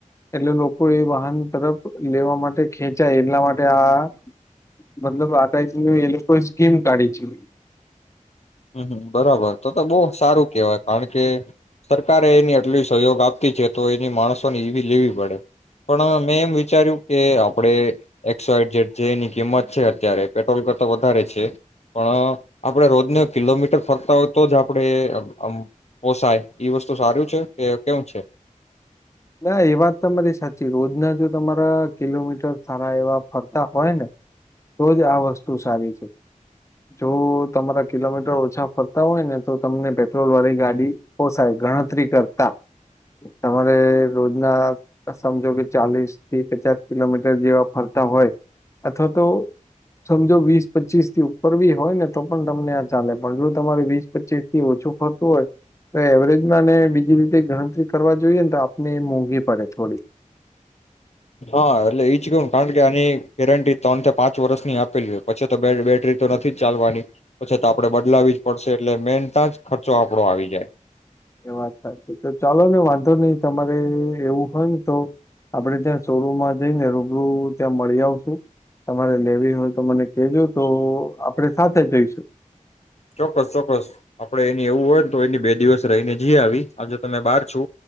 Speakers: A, on the left (about 20°); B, on the left (about 55°).
A: એટલે લોકો એ વાહન તરફ લેવા માટે ખેંચાય એટલા માટે આ મતલબ આ એ લોકોએ સ્કીમ કાઢી છે.
B: હમ બરાબર તો તો બહુ સારું કેહેવાય કારણ કે સરકારે એની આટલી સહયોગ આપતી છે તો એની માણસોને એવી લેવી પડે પણ મેં એમ વિચાર્યું કે આપણે એક્સોાઈડ જેટ જે એની કિંમત છે અત્યારે પેટ્રોલ કર તો વધારે છે પણ આપણે રોજને કિલોમીટર ફરતા હોય તો જ આપડણે પોસાય એઈ વસ્તુ સારું છે કે કેવ છે.
A: ના એ વાત તમા તમારી સાચી રોજના જો તમારા કિલોમીટર સારા એવા ફરતા હોય ને તો જ આ વસ્તુ સારી છે જો તમારા કિલોમીટર ઓછા ફરતા હોય ને તો તમને પેટ્રોલ વાળી ગાડી પોસાય ગણતરી કરતા તમારે રોજના સમજો કે ચાલીસ થી પચાસ કિલોમીટર જેવા ફરતા હોય અથવા તો સમજો વીસ પચીસ થી ઉપર બી હોય ને તો પણ તમને આ ચાલે પણ જો તમારે વીસ પચીસ થી ઓછું ફરતું હોય તો એવરેજમાંને બીજી રીતે ગણતરી કરવા જોઈએ તો ને મોંઘી પડે થોડી.
B: હા એટલે એ જ કેવું કારણ કે આની ગેરંટી ત્રણ થી પાંચ વર્ષની આપેલી હોય પછી તો બેટરી તો નથી ચાલવાની પછી તો આપડણે બદલાવી જ પડશે એટલે મેન તં જ ખર્ચો આપડો આવી જાય.
A: એ વાત સાચી તો ચાલો ને વાંધો નહી તમારે એવું હોય ને તો આપડે ત્યાં શોરૂમમાં જઈને રૂબરૂ ત્યાં મળી આવશું તમારે લેવી હોય તો મને કજો તો આપણે સાથે જઈશું.
B: ચોક્કસ ચોક્કસ આપડે એની એવું હોય ને તો એની બે દિવસ રહીને જી આવી આજે તમે બહાર છો